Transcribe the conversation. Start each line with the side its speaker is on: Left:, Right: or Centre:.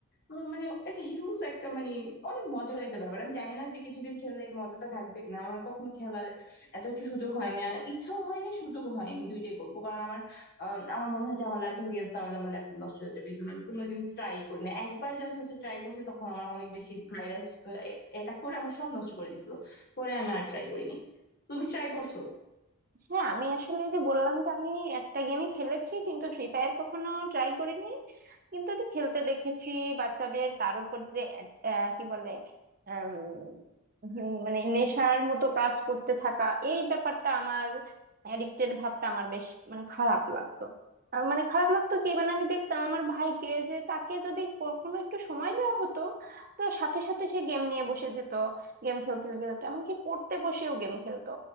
Left: উম মানে একটা হিউজ একটা মানে অনেক মজার একটা ব্যাপার আমি জানি না যে কিছুদিন খেললে এই মজাটা থাকবে কিনা আমার কখনো খেলার এত একটা সুযোগ হয়নি আর ইচ্ছাও হয়নি সুযোগ হয়নি দুইটাই বলবো কারণ আমার আম, আমার মনে হয় যে আমার ল্যাপটপে গেমস নামালে আমার ল্যাপটপ নষ্ট হয়ে যাবে এই জন্য আমি কোনোদিন ট্রাই করি না একবার জাস্ট হচ্ছে ট্রাই করছি তখন আমার অনেক বেশি ভাইরাস অ্যাটাক করে আমার সব নষ্ট করে দিছিল পরে আমি আর ট্রাই করিনি তুমি ট্রাই করছো
Right: হ্যাঁ আমি আসলে এই যে বললাম যে আমি একটা গেমই খেলেছি কিন্তু ফ্রি ফায়ার কখনো ট্রাই করিনি কিন্তু ওটি খেলতে দেখেছি বাচ্চাদের তার উপর যে এড- আহ, কি বলে আম, হুম, মানে নেশার মতো কাজ করতে থাকা এই ব্যাপারটা আমার অ্যাডিক্টেড ভাবটা আমার বেশ মানে খারাপ লাগতো আহ, মানে খারাপ লাগতো কি মানে আমি দেখতাম আমার ভাইকে যে তাকে যদি কখনো একটু সময় দেওয়া হতো তো সাথে সাথে সে গেম নিয়ে বসে যেত গেম খেলতে লেগে যেত এমনকি পড়তে বসেও গেম খেলতো